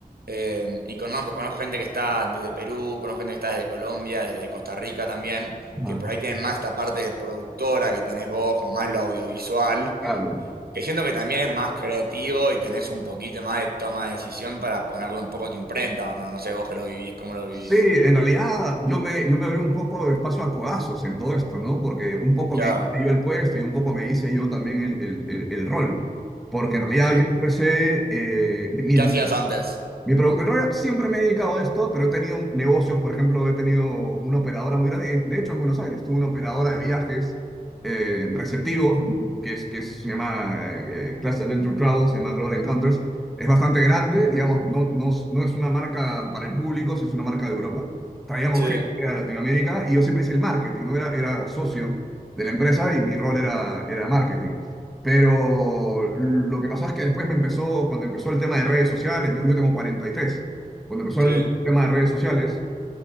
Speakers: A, on the right; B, in the centre.
A: Em, y conozco, conozco gente que está desde Perú, conozco gente que está desde Colombia, desde Costa Rica también, que
B: Ah,
A: por ahí tienen más esta parte de productora que tenés vos, como más lo audiovisual.
B: claro.
A: Que siento que también es más creativo y tenés un poquito más de toma de decisión para ponerle un poco tu imprenta o no. No sé vos que lo vivís, cómo lo vivís.
B: Sí, en realidad yo me, yo me abrí un poco de espacio a codazos en todo esto, ¿no? Porque un poco
A: Claro,
B: me hice yo el puesto y un poco me hice yo también el, el- el- el rol. Porque en realidad
A: sí.
B: yo empecé, eh, mi,
A: ¿Qué hacías antes?
B: mi produ- en realidad siempre me he dedicado a esto, pero he tenido un- negocios, por ejemplo, he tenido una operadora muy grande, en- de hecho en Buenos Aires, tuve una operadora de viajes eh, receptivos, que, es, que es- se llama eh, eh, Class Adventure Travel, se llama Global Encounters, es bastante grande, digamos, no, no, es- no es una marca para el público, sí es una marca de Europa, traíamos
A: Sí,
B: gente a Latinoamérica y yo siempre hice el marketing, no era, era socio de la empresa y mi rol era, era marketing. Pero lo que pasó es que después me empezó, cuando empezó el tema de redes sociales, yo, yo tengo cuarenta y tres cuando empezó
A: sí.
B: el tema de redes sociales,